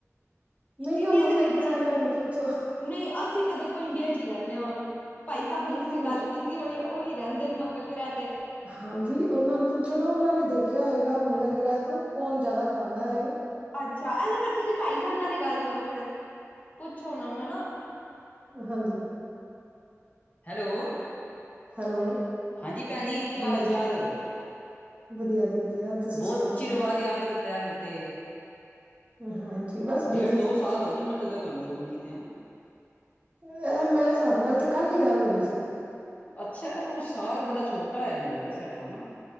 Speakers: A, on the right; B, on the left.
A: ਨਹੀਂ
B: ਇੰਡੀਆ
A: ਉਹ ਮੰਗਲ
B: ਦੇ ਵਿੱਚ
A: ਗ੍ਰਹਿ
B: ਹੀ
A: ਲਿਆ ਨੂੰ ਪੁੱਛੋ।
B: ਨਹੀਂ ਅਸੀਂ ਤਾਂ ਦੇਖੋ ਇੰਡੀਆ ਚ ਹੀ ਰਹਿੰਦੇ ਹਾਂ ਭਾਈ ਸਾਹਿਬ
A: ਨਹੀਂ
B: ਨਾਲ ਤੁਸੀਂ
A: ਨਹੀਂ
B: ਗੱਲ ਕੀਤੀ ਹੋਣੀ ਉਹੀ। ਰਹਿੰਦੇ ਨੇ ਮੰਗਲ ਗ੍ਰਹਿ ਤੇ ਹੈ। ਤੇ
A: ਹਾਂਜੀ
B: ਭਾਈ ਸਾਹਿਬ
A: ਉਹਨਾਂ
B: ਆਗੇ
A: ਨੂੰ
B: ਗੱਲ
A: ਪੁੱਛੋ
B: ਕਰਨੀ
A: ਨਾ
B: ਤੇ
A: ਉਹਨਾਂ
B: ਕਰ
A: ਨੇ ਦੇਖਿਆ ਹੋਏਗਾ ਮੰਗਲ
B: ਕਹਦੇ
A: ਗ੍ਰਹਿ ਤੋਂ ਕੌਣ ਜ਼ਿਆਦਾ। ਖਾਂਦਾ ਹੈ ਉਹ
B: ਅੱਛਾ ਇਹਲੋ ਫਰ ਤੁਸੀਂ ਭਾਈ ਸਾਬ ਨਾਲ ਹੀ ਗੱਲ ਕਰੋ ਫਿਰ ਪੁੱਛੋ ਉਹਨਾਂ ਨੂੰ ਹੈ ਨਾ।
A: ਹਾਂਜੀ
B: ਹੈਲੋ।
A: ਹੈਲੋ
B: ਹਾਂਜੀ ਭੈਣ ਜੀ ਕੀ ਹਾਲ
A: ਹਾਂਜੀ
B: ਚਾਲ।
A: ਵਧੀਆ ਜੀ ਵਧੀਆ। ਤੁਸੀਂ
B: ਬਹੁਤ
A: ਸੁਣਾਓ
B: ਚੀਰ
A: ਜੀ
B: ਬਾਅਦ ਯਾਦ ਕੀਤਾ ਫਿਰ ਤੇ।
A: ਹਾਂਜੀ ਬਸ
B: ਡੇਢ
A: ਬਿਜੀ
B: ਦੋ
A: ਸੀ
B: ਸਾਲ ਹੋ ਗਏ ਮੈਨੂੰ ਲੱਗਦਾ ਤੁਹਾਨੂੰ ਫੋਨ ਕੀਤੇ ਆ।
A: ਇਹ ਮੇਰੇ ਹਿਸਾਬ ਨਾਲ ਤੇ ਕੱਲ ਹੀ ਗੱਲ ਹੋਈ ਸੀ
B: ਅੱਛਾ ਉਹ ਸਾਲ ਬੜਾ ਛੋਟਾ ਹੈਆ ਮੈਨੂੰ ਲੱਗਦਾ ਸਾਡਾ ਹੈ ਨਾ।